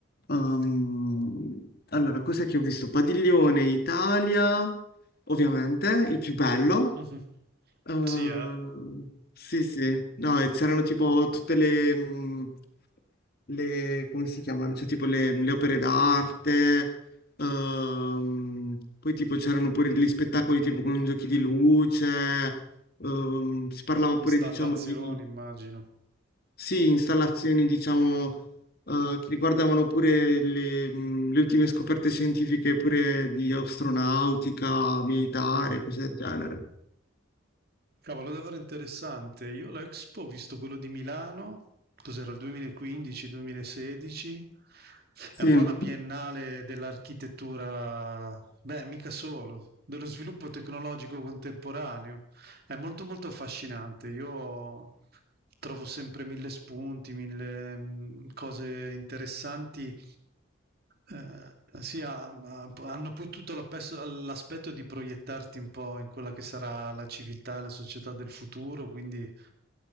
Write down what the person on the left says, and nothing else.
ehm, allora, cos'è che ho visto? Padiglione Italia, ovviamente, il più bello
Ehm,
sì, sì, no, e c'erano tipo tutte le, mh, le- come si chiamano? Cioè tipo le, le opere d'arte, ehm, poi tipo c'erano pure degli spettacoli tipo con giochi di luce, ehm, si parlava
pure diciamo di,
sì, installazioni diciamo eh, che riguardavano pure le, mh, le ultime scoperte scientifiche pure di astronautica, militare,
cose del genere.
Sì.